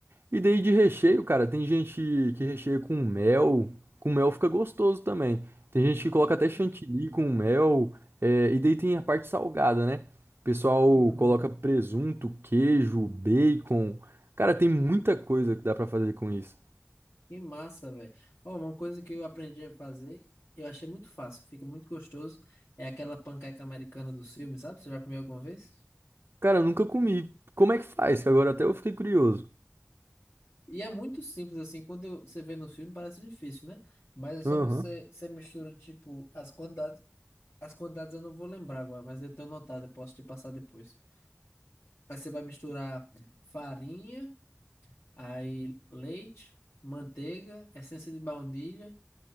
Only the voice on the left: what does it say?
Caramba.
Uhum.
Que massa, velho. Ó, uma coisa que eu aprendi a fazer, eu achei muito fácil, fica muito gostoso, é aquela panqueca americana do filme, sabe? Você já comeu alguma vez?
E é muito simples assim, quando eu- você vê no filme parece difícil, né? Mas é só
você, você mistura, tipo, as quantidades, as quantidades eu não vou lembrar agora, mas eu tenho notado, eu posso te passar depois. Aí você vai misturar farinha, aí leite, manteiga, essência de baunilha